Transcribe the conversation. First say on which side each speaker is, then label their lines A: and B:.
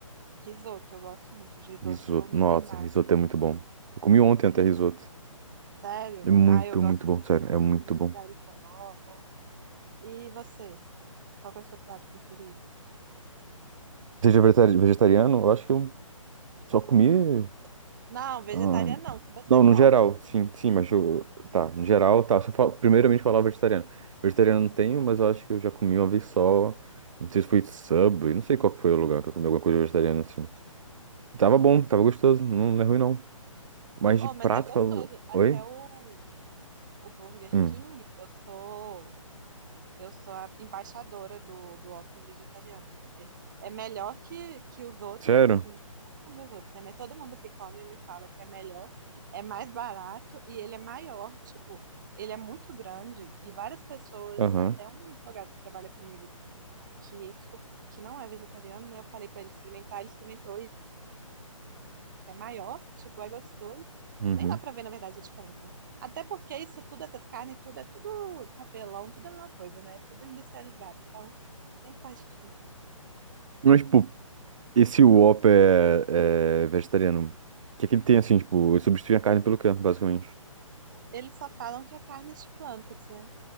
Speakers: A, on the right; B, on the right.
A: risoto. Eu gosto muito de risoto
B: Risoto. Nossa,
A: e massa.
B: risoto é muito bom. Eu comi ontem
A: Sim,
B: até risoto.
A: sério?
B: É muito,
A: Ah, eu gosto
B: muito bom,
A: muito
B: sério, é muito
A: de,
B: bom.
A: de alho poró. E você? Qual que é o seu prato preferido?
B: Seja vegetari- vegetariano, eu acho que eu só comi.
A: Não, vegetariano
B: ah,
A: não, que você
B: Não, no
A: come.
B: geral, sim, sim, mas eu. Tá, no geral, tá. Só fal- primeiramente falar o vegetariano. Vegetariano não tenho, mas eu acho que eu já comi uma vez só. Não sei se foi sub, não sei qual que foi o lugar que eu comi alguma coisa vegetariana assim. Tava bom, tava gostoso, não, não é ruim não. Mas
A: Oh,
B: de prato,
A: mas é gostoso.
B: falou.
A: Até
B: Oi?
A: o, o Burger
B: Hum.
A: King, eu sou Eu sou a embaixadora do, do Whopper vegetariano, porque é melhor que, que os outros,
B: Sério?
A: assim, não comer os outros, né? Mas todo mundo que come me fala que é melhor, é mais barato e ele é maior, tipo, ele é muito grande e várias pessoas,
B: Aham.
A: até um advogado que trabalha comigo, que, isso, que não é vegetariano, né? Eu falei pra ele experimentar, ele experimentou é maior, tipo, é gostoso.
B: Uhum.
A: Nem dá pra ver, na verdade, a diferença. né? Até porque isso tudo, essas carnes, tudo é tudo papelão, tudo é a mesma coisa, né? Tudo industrializado, então nem faz diferença.
B: Mas, tipo, esse Whopper é, é vegetariano. O que é que ele tem assim, tipo, ele substitui a carne pelo quê, basicamente?
A: Eles só falam que é carne de plantas, né?